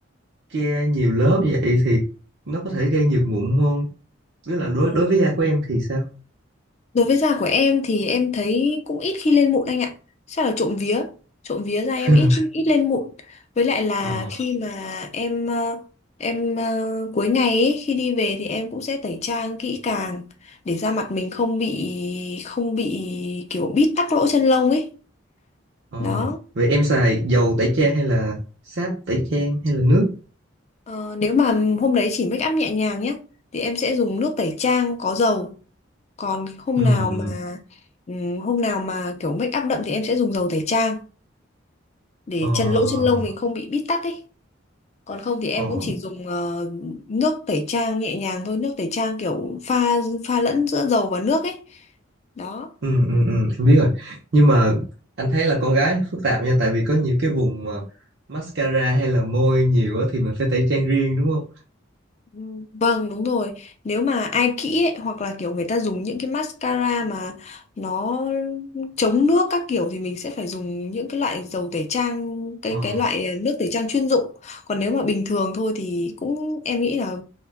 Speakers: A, on the right (about 55°); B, on the left (about 35°).
A: che nhiều lớp như vậy thì nó có thể gây nhiều mụn không tức là đối
B: Ờ,
A: đối với da của em thì sao
B: đối với da của em thì em thấy cũng ít khi lên mụn anh ạ chắc là trộm vía trộm vía da em
A: <laughs>
B: ít ít lên mụn với lại là
A: ờ
B: khi mà em ờ, em ờ, cuối ngày ấy, khi đi về thì em cũng sẽ tẩy trang kỹ càng để da mặt mình không bị không bị kiểu bít tắc lỗ chân lông ấy
A: ờ
B: đó
A: vậy em xài dầu tẩy trang hay là sáp tẩy trang hay là nước
B: Ờ, nếu mà hôm đấy chỉ make up nhẹ nhàng nhé thì em sẽ dùng nước tẩy trang có dầu còn hôm
A: Ừm,
B: nào mà ừm, hôm nào mà kiểu make up đậm thì em sẽ dùng dầu tẩy trang để
A: ờ
B: chân lỗ chân lông mình không bị bít tắc ấy còn không thì em
A: ờ
B: cũng chỉ dùng ờ, nước tẩy trang nhẹ nhàng thôi nước tẩy trang kiểu pha pha lẫn giữa dầu và nước ấy đó
A: ừ ừ ừ em biết rồi nhưng mà anh thấy là con gái phức tạp nha tại vì có nhiều cái vùng mà mascara hay là môi nhiều á thì mình phải tẩy trang riêng đúng không
B: Ừ, Vâng đúng rồi Nếu mà ai kỹ ấy, hoặc là kiểu người ta dùng những cái mascara mà nó chống nước các kiểu thì mình sẽ phải dùng những cái loại dầu tẩy trang cái
A: ờ
B: cái loại à, nước tẩy trang chuyên dụng còn nếu mà bình thường thôi thì cũng em nghĩ là